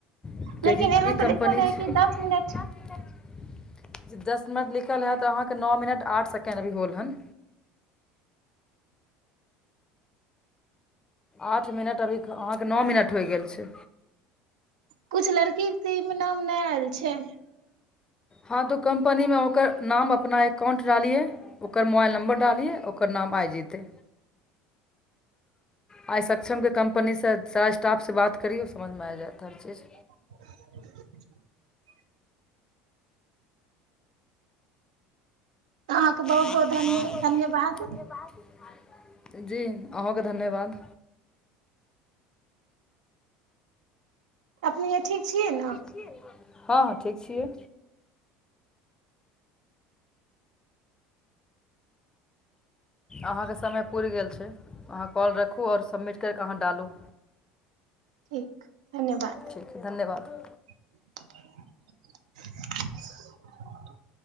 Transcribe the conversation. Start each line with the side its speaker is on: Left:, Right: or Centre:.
Left: किएकि
Right: लेकिन यहाँ
Left: ई
Right: तऽ
Left: कम्पनी
Right: लिखल रहै
Left: छै
Right: कि दस मिनट
Left: दस मिनट लिखल हए तऽ अहाँके नओ मिनट आठ सेकेण्ड अभी होल हन आठ मिनट अभी अहाँके न मिनट होइ गेल छै
Right: कुछ लड़की ति मे नाम नहि आयल छै
Left: हँ तो कंपनी मे ओकर नाम अपना अकाउंट डालिये ओकर मोबाइल नंमबर डालिये ओ ओकरणाम आय जेतै आइ सक्षमके कम्पनीसँ सारा स्टाफसँ बात करि यै समझमे आबि जायत हर चीज
Right: <unintelligible> <inaudible> अहाँके
Left: ह बहुत
Right: धन्य
Left: बहुत धन
Right: धन्यवाद
Left: धन्यवाद जी अहुके धन्यवाद
Right: अपने ठीक छियै न
Left: हँ हँ ठीक छियै अहाँके समय पुरि गेल छै अहाँ कॉल रखू आओर समिट करि कऽ अहाँ डालू
Right: ठीक धन्यवाद
Left: ठीक धन्यवाद
Right: <inaudible> <inaudible>